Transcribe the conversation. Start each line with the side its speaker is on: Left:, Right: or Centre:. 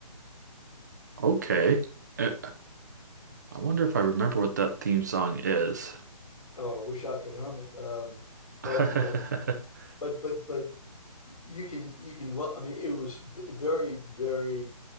Right: Okay. Eh, I wonder if I remember what that theme song is.
Left: Oh, I wish I could hum it. Um, but
Right: <laughs>
Left: you know, but but but you can you can well, I mean, it was v- very very